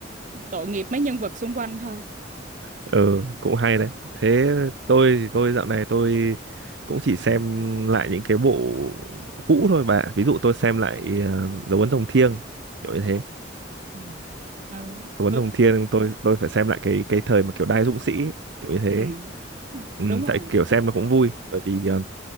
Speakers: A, on the right (about 45°); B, on the right (about 70°).
A: tội nghiệp mấy nhân vật xung quanh thôi
B: ừ cũng hay đấy thế tôi thì tôi dạo này tôi cũng chỉ xem lại những cái bộ cũ thôi bà ví dụ tôi xem lại ờ, dấu ấn rồng thiêng kiểu như thế
A: Ừ. ừ.
B: dấu ấn
A: tôi-
B: rồng thiêng tôi tôi phải xem lại cái cái thời mà kiểu đai dũng sĩ kiểu như thế
A: ừ.
B: ừ,
A: đúng rồi
B: tại kiểu xem nó cũng vui bởi vì ờ,